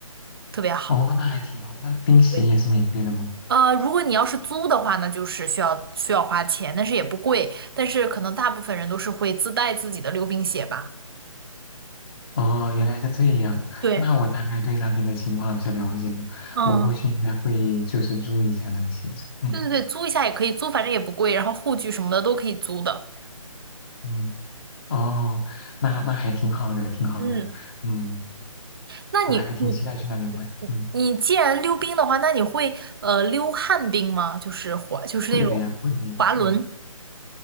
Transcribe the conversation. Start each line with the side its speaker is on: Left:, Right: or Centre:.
Right: 特别好。
Left: 哦，那还挺好。那冰鞋也是免费的吗？
Right: 对，呃，如果你要是租的话，那就是需要需要花钱，但是也不贵，但是可能大部分人都是会自带自己的溜冰鞋吧。
Left: 哦，原来是这样。
Right: 对，
Left: 那我大概对那边的情况有些了解了，
Right: 嗯
Left: 我过去应该会就是注意一下那个鞋子。嗯
Right: 对对对，租一下也可以租，反正也不贵，然后护具什么的都可以租的。
Left: 嗯，哦，那那还挺好的，挺好的。
Right: 嗯。
Left: 嗯，
Right: 那你你
Left: 我还挺期待去那边玩。
Right: 你你既然溜冰的话，
Left: 嗯，
Right: 那你会呃溜旱冰吗？就是滑，就是那种滑轮
Left: 会的呀，会的呀。嗯